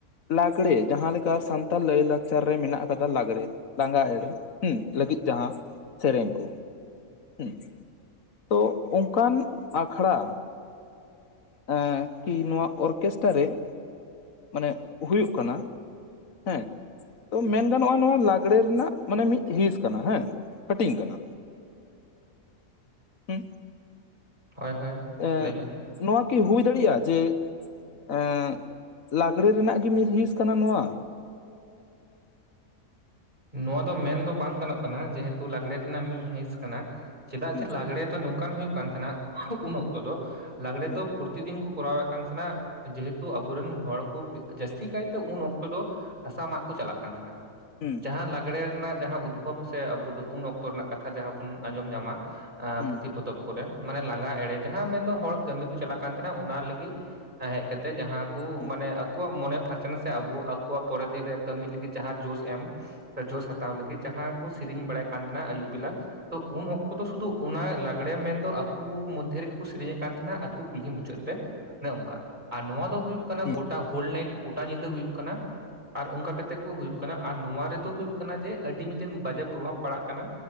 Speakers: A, on the left (about 80°); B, on the right (about 35°).
A: ᱞᱟᱜᱽᱲᱮ ᱡᱟᱦᱟᱸ ᱞᱮᱠᱟ ᱥᱟᱱᱛᱟᱲ ᱞᱟᱹᱭ ᱞᱟᱠᱪᱟᱨᱼᱼ ᱨᱮ ᱢᱮᱱᱟᱜ ᱠᱟᱫᱟ ᱞᱟᱜᱽᱲᱮ ᱞᱟᱸᱜᱟ ᱮᱲᱮ ᱦᱩᱸ ᱞᱟᱹᱜᱤᱫ ᱡᱟᱦᱟᱸ ᱥᱮᱨᱮᱧ ᱠᱚᱼᱼ ᱦᱩᱸ ᱛᱚ ᱚᱱᱠᱟᱱ ᱟᱠᱷᱲᱟᱼᱼ ᱮᱸ ᱠᱤ ᱱᱚᱣᱟ ᱚᱨᱠᱮᱥᱴᱟᱨ ᱨᱮᱼᱼ ᱢᱟᱱᱮ ᱦᱩᱭᱩᱜ ᱠᱟᱱᱟ ᱦᱮᱸ᱾ ᱛᱚ ᱢᱮᱱ ᱜᱟᱱᱚᱜᱼᱟ ᱱᱚᱣᱟ ᱞᱟᱜᱽᱲᱮ ᱨᱮᱱᱟᱜ ᱢᱟᱱᱮ ᱢᱤᱫ ᱦᱤᱸᱥ ᱠᱟᱱᱟ ᱦᱮᱸ ᱦᱟᱹᱴᱤᱧ ᱠᱟᱱᱟ ᱦᱩᱸ
B: ᱦᱳᱭ ᱦᱳᱭ
A: ᱮᱸ
B: ᱞᱟᱹᱭ ᱢᱮ
A: ᱱᱚᱣᱟ ᱠᱤ ᱦᱩᱭ ᱫᱟᱲᱮᱭᱟᱜᱼᱟ ᱡᱮ, ᱮᱸ ᱞᱟᱜᱽᱲᱮ ᱨᱮᱱᱟᱜ ᱜᱤ ᱢᱤᱫ ᱦᱤᱸᱥ ᱠᱟᱱᱟ ᱱᱚᱣᱟ
B: ᱱᱚᱣᱟ ᱫᱚ ᱢᱮᱱ ᱫᱚ ᱵᱟᱝ ᱜᱟᱱᱚᱜ ᱠᱟᱱᱟ ᱡᱮᱦᱮᱛᱩ ᱞᱟᱜᱽᱲᱮ ᱨᱮᱱᱟᱜ ᱢᱤᱫ ᱦᱤᱸᱥ <unintelligible> ᱪᱮᱫᱟᱜ
A: ᱦᱩᱸ
B: ᱡᱮ ᱞᱟᱜᱽᱲᱮ ᱫᱚ ᱱᱚᱝᱠᱟᱱ ᱦᱩᱭᱩᱜ ᱠᱟᱱ ᱛᱟᱦᱮᱱᱟ ᱩᱱ ᱚᱠᱛᱚ ᱫᱚᱼᱼ ᱞᱟᱜᱽᱲᱮ
A: ᱦᱩᱸ
B: ᱫᱚ ᱯᱨᱚᱛᱤᱱ ᱠᱚᱼᱼ ᱠᱚᱨᱟᱣ ᱮᱫ ᱠᱟᱱ ᱛᱟᱦᱮᱱᱟ ᱡᱮᱦᱮᱛᱩ ᱟᱵᱚ ᱨᱮᱱ ᱦᱚᱲ ᱠᱚ ᱡᱟᱹᱥᱛᱤ ᱠᱟᱭᱛᱮ ᱩᱱ ᱚᱠᱛᱚ ᱫᱚ ᱦᱟᱥᱟ ᱢᱟᱜ ᱠᱚ ᱪᱟᱞᱟᱜ ᱠᱟᱱ ᱛᱟᱦᱮᱱᱟ
A: ᱦᱩᱸ
B: ᱡᱟᱦᱟᱸ ᱞᱟᱜᱽᱲᱮ ᱨᱮᱱᱟᱜ ᱡᱟᱦᱟᱸ ᱩᱫᱽᱵᱷᱚᱵᱽ ᱥᱮ ᱟᱵᱚ ᱫᱚ ᱩᱱ ᱚᱠᱛᱚ ᱨᱮᱱᱟᱜ ᱠᱟᱛᱷᱟ ᱡᱟᱦᱟᱸ ᱵᱚᱱ ᱟᱸᱡᱚᱢ ᱧᱟᱢᱟ ᱟᱸ
A: ᱦᱩᱸ
B: ᱯᱩᱛᱷᱤ ᱯᱚᱛᱚᱵ ᱠᱚᱨᱮ ᱢᱟᱱᱮ ᱞᱟᱸᱜᱟ ᱮᱲᱮ ᱡᱟᱦᱟᱸ ᱢᱮᱱ ᱫᱚ ᱦᱚᱲ ᱠᱟᱹᱢᱤ ᱠᱚ ᱪᱟᱞᱟᱜ ᱠᱟᱱ ᱛᱟᱦᱮᱸᱱᱟ ᱚᱱᱟ ᱞᱟᱹᱜᱤᱫ ᱦᱮᱡ ᱠᱟᱛᱮᱜ ᱡᱟᱦᱟᱸᱼᱼ ᱟᱠᱚ
A: ᱦᱩᱸ
B: ᱢᱟᱱᱮ ᱟᱠᱚᱣᱟᱜ ᱢᱚᱱᱮ ᱯᱷᱟᱨᱪᱟ ᱱᱟᱥᱮ ᱟᱵᱚ ᱟᱠᱚᱣᱟᱜ ᱯᱚᱨᱮᱨ ᱫᱤᱱ ᱨᱮ ᱠᱟᱹᱢᱤ ᱞᱟᱹᱜᱤᱫ ᱡᱟᱦᱟᱸ ᱡᱳᱥ ᱮᱢ ᱡᱚᱥ ᱦᱟᱛᱟᱣ ᱞᱟᱹᱜᱤᱫ ᱡᱟᱦᱟᱸ ᱠᱚ ᱥᱮᱨᱮᱧ ᱵᱟᱲᱟᱭᱮᱫ ᱠᱟᱱ ᱛᱟᱦᱮᱱᱟ ᱟᱭᱩᱵ ᱵᱮᱞᱟ ᱛᱚ ᱩᱱ ᱚᱠᱛᱚ ᱫᱚ ᱥᱩᱫᱩ ᱚᱱᱟ ᱞᱟᱜᱽᱲᱮ ᱢᱮᱱ ᱫᱚ ᱟᱠᱚ ᱢᱚᱫᱽᱫᱷᱮ ᱨᱮᱜᱮ ᱠᱚ ᱥᱮᱨᱮᱧᱮᱫ ᱠᱟᱱ ᱛᱟᱸᱦᱮᱱᱟ ᱟᱹᱛᱩ ᱠᱩᱞᱦᱤ ᱢᱩᱪᱟᱹᱫ ᱨᱮ ᱚᱱᱮ ᱚᱝᱠᱟ ᱟᱨ ᱱᱚᱣᱟ ᱫᱚᱼᱼ ᱦᱩᱭᱩᱜ ᱠᱟᱱᱟ
A: ᱦᱩᱸ
B: ᱜᱚᱴᱟ ᱦᱳᱞ ᱱᱟᱭᱤᱴ ᱜᱚᱴᱟ ᱧᱤᱫᱟᱹ ᱦᱩᱭᱩᱜ ᱠᱟᱱᱟ ᱟᱨ ᱚᱱᱠᱟ ᱠᱟᱛᱮ ᱠᱚ ᱦᱩᱭᱩᱜ ᱠᱟᱱᱟ ᱟᱨ ᱱᱚᱣᱟ ᱨᱮᱫᱚ ᱦᱩᱭᱩᱜ ᱠᱟᱱᱟ ᱡᱮ ᱟᱹᱰᱤ ᱢᱤᱫᱴᱮᱱ ᱵᱟᱡᱮ ᱯᱨᱚᱵᱷᱟᱵᱽ ᱯᱟᱲᱟᱜ ᱠᱟᱱᱟ